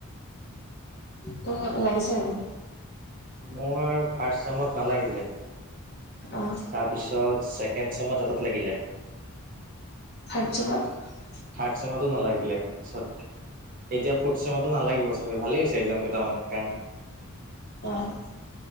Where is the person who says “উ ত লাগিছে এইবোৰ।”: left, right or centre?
Left